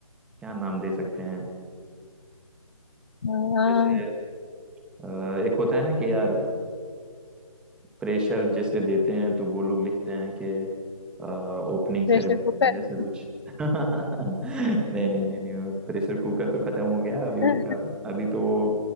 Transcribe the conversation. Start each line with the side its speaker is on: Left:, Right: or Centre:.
Centre: क्या नाम दे सकते हैं
Left: हाँ
Centre: जैसे अ, एक होता है ना कि यार प्रेशर जैसे देते हैं तो वो लोग लिखते हैं कि ओपनिंग
Left: प्रेशर
Centre: सेरेमनी
Left: कुकर
Centre: ऐसे कुछ <laughs> नहीं नहीं नहीं नहीं प्रेशर कुकर तो खत्म हो गया अभी
Left: उनके
Centre: उनका अभी तो वो